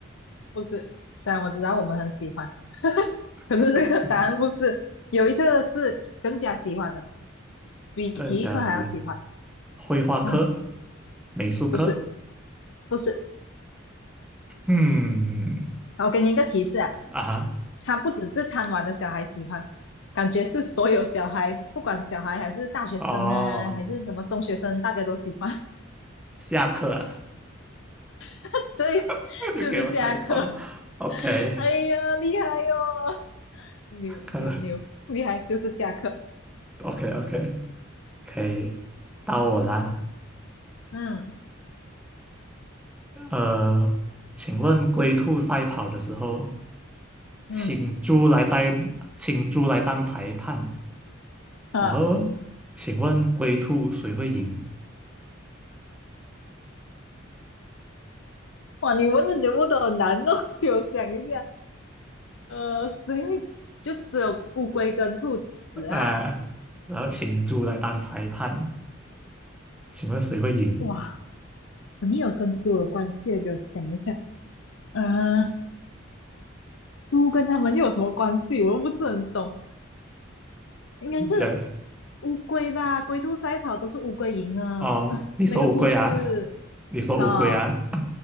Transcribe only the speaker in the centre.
<laughs> 不是，
更加是绘画课、
美术课。
嗯，
啊哈，
哦，
下课啊，
<laughs> 又给我猜中。
OK，
看来
o k o k <laughs> 可以，到我啦。
呃，请问龟兔赛跑的时候，
请猪来当，请猪来当裁判，
然后，请问龟兔谁会赢？
啊，然后请猪来当裁判，请问谁会赢？
你讲
哦，
你说乌龟啊，
你说乌龟啊，